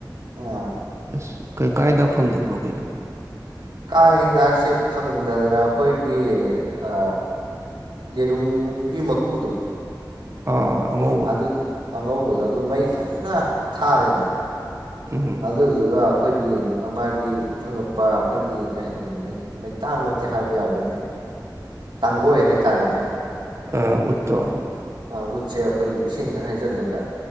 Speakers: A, on the right; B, on the right.
A: <unintelligible>
B: ꯑꯁ <unintelligible> ꯀꯥꯡꯍꯤꯗꯥꯛ ꯐꯪꯗꯕ꯭ꯔꯣ ꯀꯩꯅꯣ
A: ꯀꯥꯡ ꯍꯤꯗꯥꯛꯁꯦ ꯐꯪꯗꯗꯅ ꯑꯈꯣꯏꯒꯤ ꯑ ꯌꯦꯔꯨꯝꯒꯤ ꯃꯀꯨꯗꯣ
B: ꯑꯥ ꯑꯉꯧ
A: ꯑꯗꯨ ꯑꯉꯧꯕꯗꯣ ꯑꯗꯨ ꯃꯩ ꯐꯖꯅ ꯊꯥꯔꯦꯗꯅ
B: ꯎꯝ
A: ꯑꯗꯨꯗꯨꯒ ꯑꯈꯣꯏꯒꯤ ꯃꯥꯒꯤ ꯐꯪꯉꯛꯄ ꯑꯩꯈꯣꯏꯒꯤ ꯀꯩ ꯍꯥꯏꯗꯅꯣ ꯃꯩ ꯃꯩꯇꯥꯟꯃꯛꯇꯤ ꯍꯥꯏꯕ ꯌꯥꯔꯣꯏꯅꯦ ꯇꯥꯡꯒꯣꯏ ꯍꯥꯏꯇꯥꯔꯦꯅꯦ
B: ꯑ ꯎꯠꯇꯣ
A: ꯑ ꯎꯠꯁꯦ ꯑꯈꯣꯏꯒꯤ ꯏꯁꯤꯡ <unintelligible> ꯍꯥꯏꯖꯜꯂꯒ